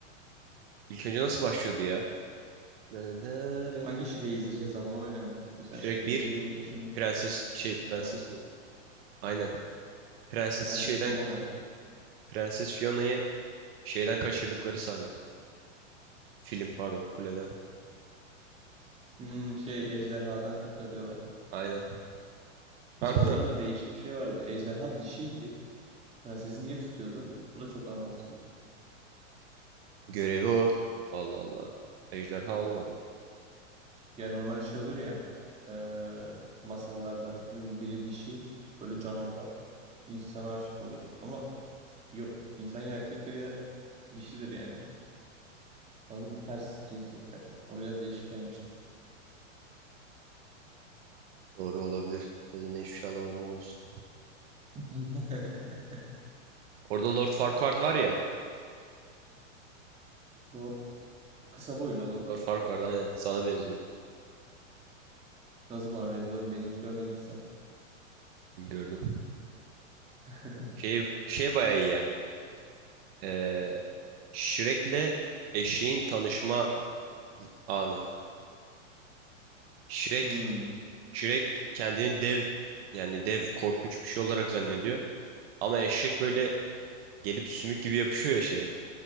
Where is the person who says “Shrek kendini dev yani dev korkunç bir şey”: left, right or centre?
Right